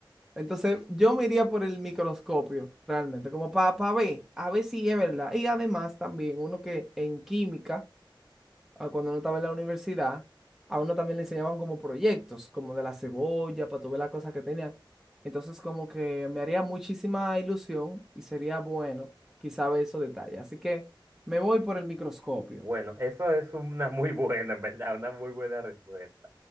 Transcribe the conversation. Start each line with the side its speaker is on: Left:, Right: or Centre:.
Centre: Entonces yo me iría por el microscopio, realmente, como para ver, a ver si es verdad. Y además también uno que en química ah, cuando uno estaba en la universidad, a uno también le enseñaban como proyectos, como de la cebolla, para tú ver las cosas que tenían. Entonces, como que me haría muchísima ilusión y sería bueno quizá ver esos detalles. Así que me voy por el microscopio.
Right: Bueno, eso es una muy buena, en verdad, una muy buena respuesta.